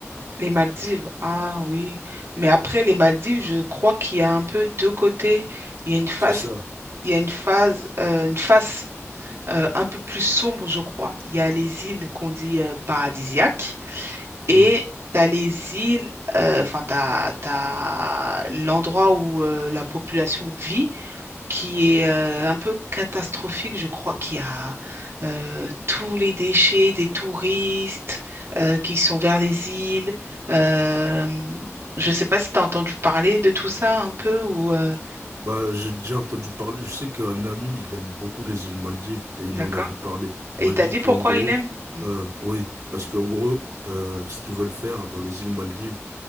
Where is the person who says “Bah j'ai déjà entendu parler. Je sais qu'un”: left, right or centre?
Right